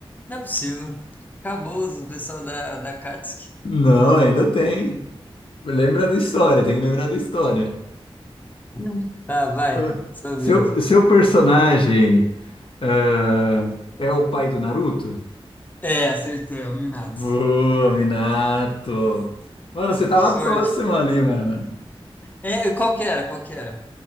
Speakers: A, on the left (about 15°); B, on the left (about 60°).
A: Não é possível. Acabou o pessoal da, da Akatsuki.
B: Não, ainda tem. Lembra da história, tem que lembrar da história.
A: <laughs> Tá,
B: <laughs>
A: vai. Sua
B: Seu,
A: vez.
B: seu personagem, ah, é o pai do Naruto?
A: É, acertou, é o Minato.
B: Boa, Minato. Mano, você tava
A: Que sorte.
B: próximo ali, mano.
A: É, e qual que era? Qual que era?